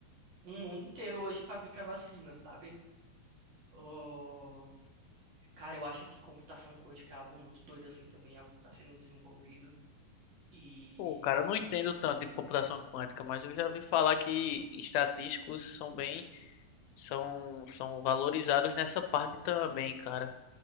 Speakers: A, on the right; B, on the left.
A: o mundo inteiro hoje fabrica vacina, sabe? Oh, cara, eu acho que computação quântica é algo muito doido assim também, algo que está sendo desenvolvido. E
B: Pô, cara, eu não entendo tanto de computação quântica, mas eu já vi falar que estatísticos são bem, são, são valorizados nessa parte também, cara.